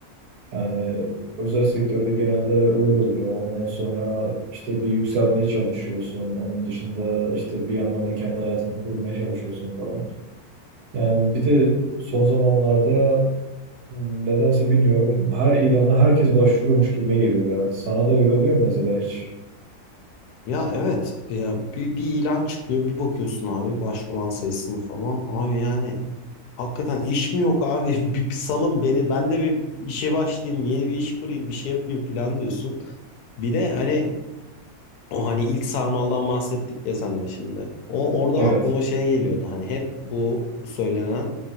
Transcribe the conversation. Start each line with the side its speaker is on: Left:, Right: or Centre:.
Right: Yani özel sektörde genelde öyle oluyor. Ondan sonra işte bir yükselmeye çalışıyorsun. Onun dışında işte bir yandan da kendi hayatını kurmaya çalışıyorsun falan. Yani bir de son zamanlarda Nedense bilmiyorum. Her ilana herkes başvuruyormuş gibime geliyor ya. Sana da öyle oluyor mu mesela hiç?
Left: Ya evet ya bir, bir ilan çıkıyor bir bakıyorsun abi başvuran sayısını falan abi yani hakikaten iş mi yok abi <laughs> bir, bir salın beni ben de bir işe başlayayım yeni bir iş kurayım bir şey yapayım falan diyorsun. Bir de hani o hani ilk sarmaldan bahsettik ya senle şimdi o orada
Right: Evet.
Left: aklıma şey geliyordu hani hep bu söylenen